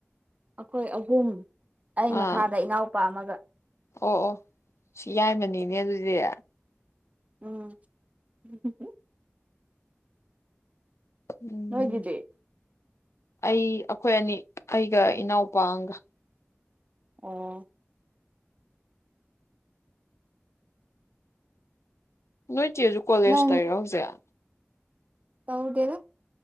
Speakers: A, on the right (about 30°); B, on the left (about 80°).
A: ꯑꯩꯈꯣꯏ ꯑꯍꯨꯝ ꯑꯩ
B: ꯑꯥ
A: ꯃꯈꯥꯗ ꯏꯅꯥꯎꯄꯥ ꯑꯃꯒ
B: ꯑꯣ ꯑꯣ ꯁꯤ ꯌꯥꯏꯃꯅꯤꯅꯦ ꯑꯗꯨꯗꯤ
A: ꯎꯝ ꯍꯨ ꯍꯨ
B: ꯎꯝ
A: ꯅꯣꯏꯒꯤꯗꯤ
B: ꯑꯩ ꯑꯩꯈꯣꯏ ꯑꯅꯤ ꯑꯩꯒ ꯏꯅꯥꯎꯄꯥ ꯑꯒ
A: ꯑꯣ
B: ꯅꯣꯏ ꯆꯦꯁꯨ ꯀꯣꯂꯦꯖ
A: ꯅꯪ
B: ꯇꯧꯂꯤꯔꯣ ꯍꯧꯖꯤꯛ
A: ꯇꯧꯗꯦꯗ